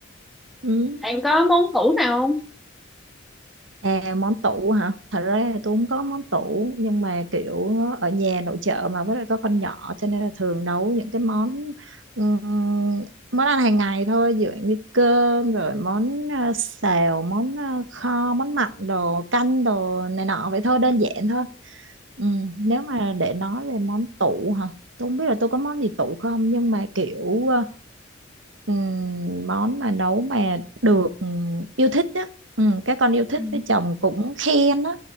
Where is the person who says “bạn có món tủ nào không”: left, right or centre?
Centre